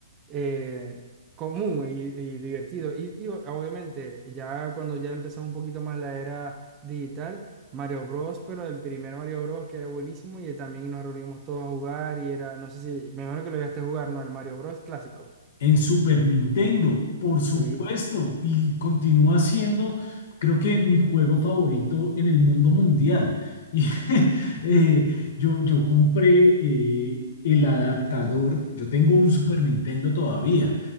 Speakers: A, on the right; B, on the left.
A: eh, común y, y divertido. Y, y o- obviamente, ya cuando ya empezamos un poquito más la era digital, Mario Bros, pero el primer Mario Bros que era buenísimo y también nos reunimos todos a jugar y era, no sé si, me imagino que lo llegaste a jugar, ¿no? El Mario Bros clásico.
B: En Super Nintendo, por supuesto,
A: Sí.
B: y continúa siendo, creo que mi juego favorito en el mundo mundial. Y <laughs> eh, yo, yo compré eh, el adaptador, yo tengo un Super Nintendo todavía